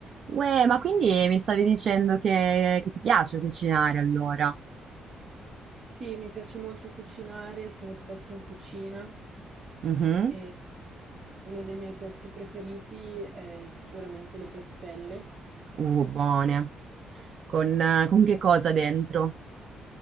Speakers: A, on the right; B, on the right.
A: Uè, ma quindi mi stavi dicendo che, che ti piace cucinare allora?
B: Sì, mi piace molto cucinare, sono spesso in cucina
A: Mhm.
B: e uno dei miei piatti preferiti è sicuramente le crespelle.
A: Uh, buone. Con, eh, con che cosa dentro?